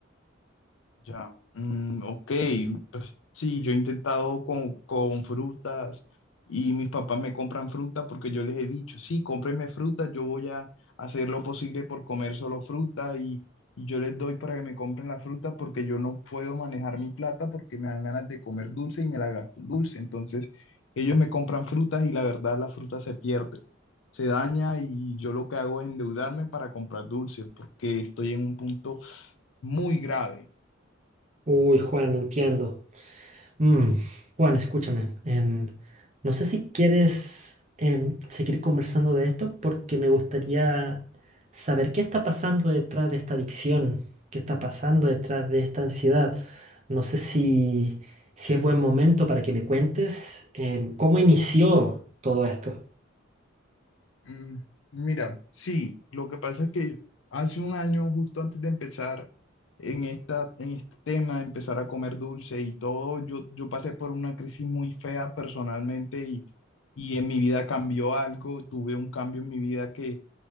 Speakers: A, on the left (about 70°); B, on the right (about 35°).
A: Ya, mm, ok, pues sí, yo he intentado con, con frutas y mis papás me compran fruta porque yo les he dicho, sí, cómprenme fruta, yo voy a hacer lo posible por comer solo fruta y, y yo les doy para que me compren la fruta porque yo no puedo manejar mi plata porque me dan ganas de comer dulce y me la gasto en dulce. Entonces, ellos me compran frutas y la verdad la fruta se pierde, se daña y yo lo que hago es endeudarme para comprar dulce porque estoy en un punto muy grave.
B: Uy, Juan, entiendo. Mm, Juan, escúchame. em, no sé si quieres em, seguir conversando de esto porque me gustaría saber qué está pasando detrás de esta adicción, qué está pasando detrás de esta ansiedad. No sé si, si es buen momento para que me cuentes em, cómo inició todo esto.
A: Mm, Mira, sí, lo que pasa es que hace un año, justo antes de empezar en esta, en este tema de empezar a comer dulce y todo, yo, yo pasé por una crisis muy fea personalmente y, y en mi vida cambió algo, tuve un cambio en mi vida que,